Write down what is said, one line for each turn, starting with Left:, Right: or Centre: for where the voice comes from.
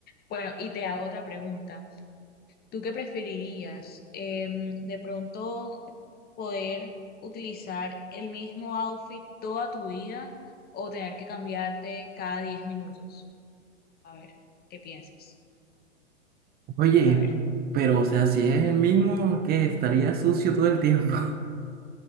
Left: Bueno, y te hago otra pregunta. ¿Tú qué preferirías? Em, de pronto poder utilizar el mismo outfit toda tu vida o tener que cambiarte cada 10 minutos? A ver, ¿qué piensas?
Right: Oye,
Left: A ver,
Right: pero o sea, si es el mismo que estaría sucio todo el tiempo.